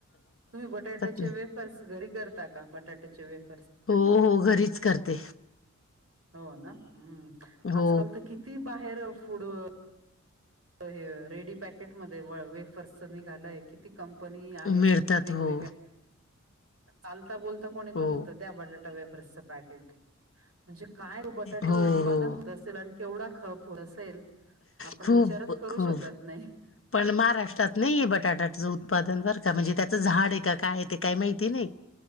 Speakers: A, on the right (about 50°); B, on the left (about 45°).
A: तुम्ही बटाट्याचे
B: नाही
A: वेफर्स घरी करता का बटाट्याचे वेफ
B: हो हो घरीच करते.
A: हो ना हम्म
B: हो
A: आजकाल त किती बाहेर फूड हे रेडी पॅकेट मध्ये वे वेफर्सच निघालंय किती कंपनी
B: हो
A: आहेत
B: मिळतात
A: वेगवेगळ्या
B: हो
A: चालता बोलता कोणी पण
B: हो
A: म्हणत घ्या बटाटा वेफर्सचं पकेट म्हणजे काय बटाट
B: हो
A: उत्पादन
B: हो
A: होत असेल आणं केवढा खप असेल आपण
B: खूप
A: विचारच करू
B: खूप
A: शकत नाय.
B: पण महाराष्ट्रात नाहीये बटाट्याचं उत्पादन बरका म्हणजे त्याचं झाड ये का काय ते काय माहिती नाय.